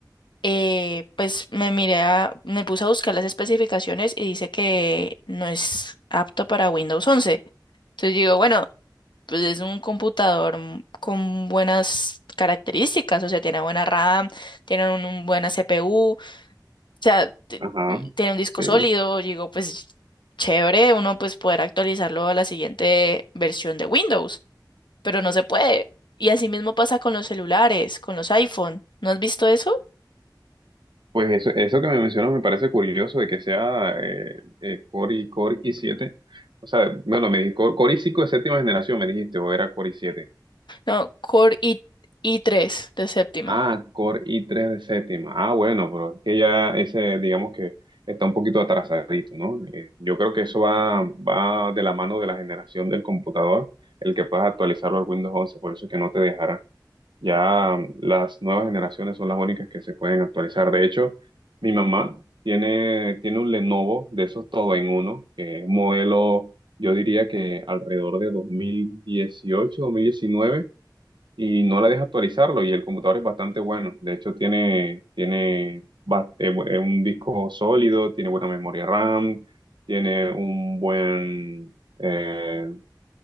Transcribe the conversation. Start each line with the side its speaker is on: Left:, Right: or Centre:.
Left: Eh, pues me miré a- me puse a buscar las especificaciones y dice que no es apto para Windows once. Entonces digo, bueno pues es un computador m- con buenas características, o sea, tiene buena RAM, tiene un, un buena CPU, o sea, t-
Right: Ajá,
Left: tiene un disco
Right: sí.
Left: sólido, digo, pues chévere, uno pues poder actualizarlo a la siguiente versión de Windows, pero no se puede. Y así mismo pasa con los celulares, con los iPhone. ¿No has visto eso?
Right: Pues eso, eso que me mencionas me parece curioso de que sea eh, eh, Core y Core i siete O sea, bueno, me dijiste Core, Core i5 de séptima generación, me dijiste, o era Core i7.
Left: No, Core i i3 de séptima.
Right: Ah, Core i tres de séptima. Ah, bueno, pero es que ya ese, digamos que está un poquito atrasadito, ¿no? Eh, yo creo que eso va, va de la mano de la generación del computador, el que puedas actualizarlo al Windows once por eso es que no te dejará. Ya las nuevas generaciones son las únicas que se pueden actualizar. De hecho, mi mamá tiene, tiene un Lenovo de esos todo en uno, que es un modelo, yo diría que alrededor de dos dos mil dieciocho dos mil diecinueve y no la deja actualizarlo. Y el computador es bastante bueno. De hecho, tiene, tiene ba- eh, bu- eh, un disco sólido, tiene buena memoria RAM, tiene un buen, eh,